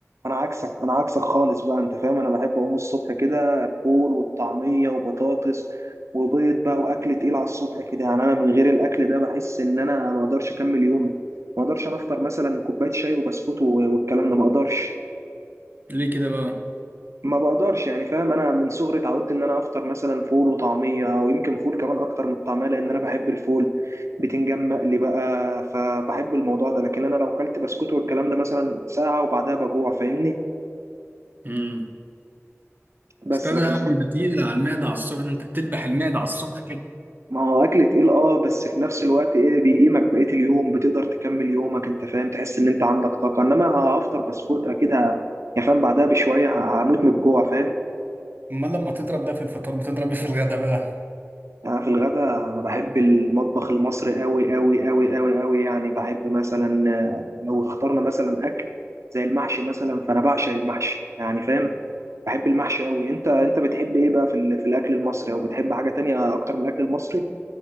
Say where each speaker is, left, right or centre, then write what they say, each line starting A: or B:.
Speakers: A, on the right; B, on the right.
A: انا عكسك انا عكسك خالص بقى انت فاهم انا بحب اقوم الصبح كده الفول والطعميه وبطاطس وبيض بقى واكل تقيل على الصبح كده يعني انا من غير الاكل ده بحس ان انا ما اقدرش اكمل يومي ما اقدرش انا افطر مثلا كوبايه شاي وبسكوت و- والكلام ده ما اقدرش
B: ليه كده بقى
A: ما بقدرش يعني فاهم انا من صغري اتعودت ان انا افطر مثلا فول وطعميه او يمكن فول كمان اكتر من الطعميه لان انا بحب الفول بتنجان مقلي بقى فبحب الموضوع ده لكن انا لو كلت بسكوت والكلام ده مثلا ساعه وبعدها بجوع فاهمني
B: امم
A: بس
B: استاذ
A: لكن
B: يا عم ده تقيل على المعده على الصبح انت بتذبح المعده على الصبح كده
A: ما هو اكل تقيل اه بس في نفس الوقت ايه بيقيمك بقيه اليوم بتقدر تكمل يومك انت فاهم تحس ان انت عندك طاقه انما هفطر بسكوت اكيد ه- يعني فاهم بعدها بشويه ه- هموت من الجوع فاهم
B: امال لما تضرب ده في الفطار بتضرب ايه في الغدا بقى
A: أنا في الغدا انا بحب المطبخ المصري قوي قوي قوي قوي قوي يعني بحب مثلا آه، لو اخترنا مثلا اكل زي المحشي مثلا فانا بعشق المحشي يعني فاهم بحب المحشي قوي انت انت بتحب ايه بقى في ال- في الاكل المصري او بتحب حاجه تانية اكتر من الاكل المصري